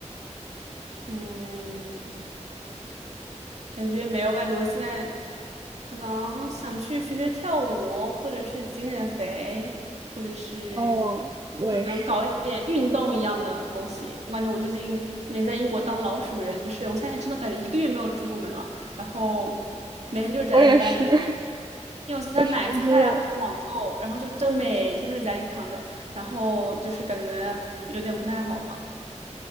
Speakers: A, on the right; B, on the right.
A: 嗯，感觉没有，我感觉我现在可能想去学学跳舞，或者是减减肥，或者是
B: 哦，我也是，
A: 就可能搞一点运动一样的东西。我感觉我最近没在英国当老鼠人，就是我现在真的感觉一个月没有出过门了，然后每天就是宅在家里，
B: 我也是，<laughs>
A: 因为我现在买菜啊，
B: 也是，我觉得。
A: 是网购，然后就真每天都在家里躺着，然后就是感觉有点不太好吧。